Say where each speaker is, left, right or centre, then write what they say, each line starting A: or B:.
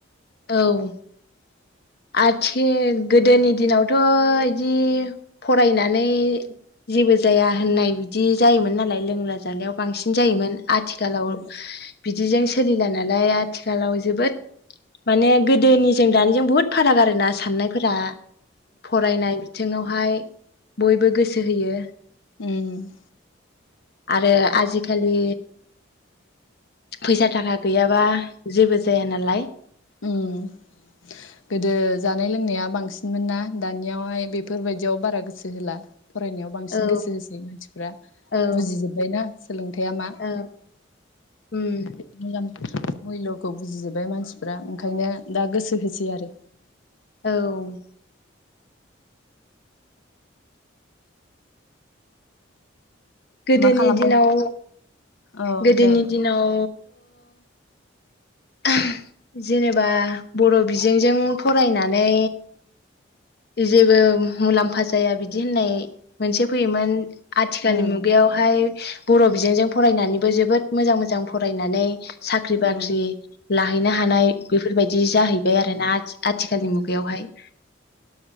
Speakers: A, on the left; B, on the left.
A: औ आथिख गोदोनि दिनावथ' इदि फरायनानै जेबो जाया होननाय बिदि जायोमोन नालाय लोंला जालायाव बांसिन जायोमोन। आथिखालाव
B: उम
A: बिदिजों सोलिला नालाय आथिखालाव जोबोद ए गोदोनि जों दानिजों बहुत फाराग आरो ना साननायफोरा फरायनाय बिथिङावहाय बयबो गोसो होयो।
B: ओम
A: आरो आजिखालि फैसा थाखा गैयाबा जेबो जाया नालाय
B: ओम गोदो जानाय लोंनाया बांसिनमोन ना दानियावहाय बेफोरबायदियाव बारा गोसो होला फरायनायाव बांसिन
A: औ
B: गोसो होसै मानसिफ्रा
A: औ
B: बुजिजोब्बायना सोलोंथाइया मा
A: औ उम
B: <inaudible> मुल्यखौ बुजिजोब्बाय मानसि फोरा ओंखायनो दा गोसो होसै आरो
A: औ गोदोनि
B: मा खालामबाय
A: दिनाव
B: औ
A: गोदोनि
B: दे
A: दिनाव अ <unintelligible> जेनेबा बर' बिजोंजों फरायनानै जेबो मुलाम्फा जाया बिदि होननाय मोनसे फैयोमोन। आथिखालनि
B: उम
A: मुगायावहाय बर' बिजोंजों फरायनानैबो जोबोद मोजां मोजां फरायनानै साख्रि बाख्रि
B: उम
A: लाहैनो हानाय बेफोरबायदि जाहैबाय आरोना आथिखालनि
B: उम
A: मुगायावहाय